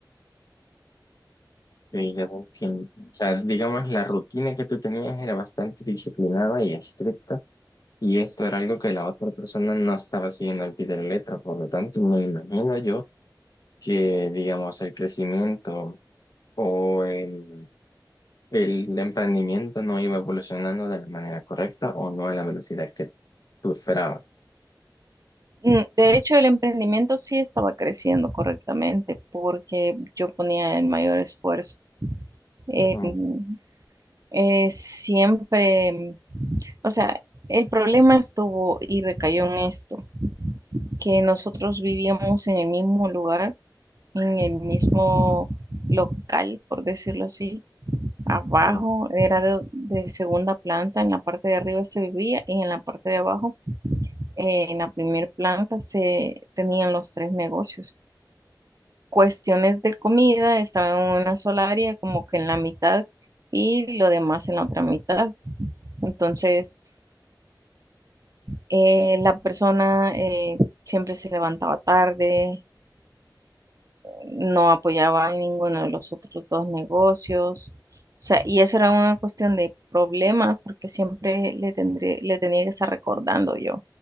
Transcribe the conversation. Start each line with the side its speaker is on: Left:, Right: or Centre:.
Left: sí, ya te entiendo. O sea, digamos, la rutina que tú tenías era bastante disciplinada y estricta y esto era algo que la otra persona no estaba siguiendo al pie de la letra. Por lo tanto, me imagino yo que, digamos, el crecimiento o el el emprendimiento no iba evolucionando de la manera correcta o no a la velocidad que tú esperabas.
Right: Mm, De hecho, el emprendimiento sí estaba creciendo correctamente porque yo ponía el mayor esfuerzo. Eh,
Left: Ujú,
Right: mm, eh, siempre, mm, o sea, el problema estuvo y recayó en esto, que nosotros vivíamos en el mismo lugar, en el mismo local, por decirlo así. Abajo
Left: ujú,
Right: era de, de segunda planta, en la parte de arriba se vivía y en la parte de abajo, eh, en la primera planta se tenían los tres negocios. cuestiones de comida, estaba en una sola área, como que en la mitad, y lo demás en la otra mitad. Entonces, eh, la persona eh, siempre se levantaba tarde, no apoyaba a ninguno de los otros dos negocios. O sea, y eso era una cuestión de problemas porque siempre le tendré, le tenía que estar recordando yo.